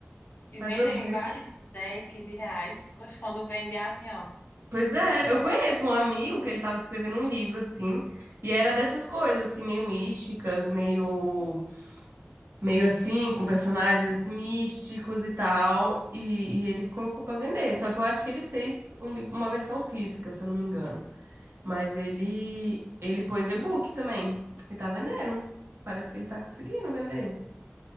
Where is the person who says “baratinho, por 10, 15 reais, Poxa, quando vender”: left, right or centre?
Left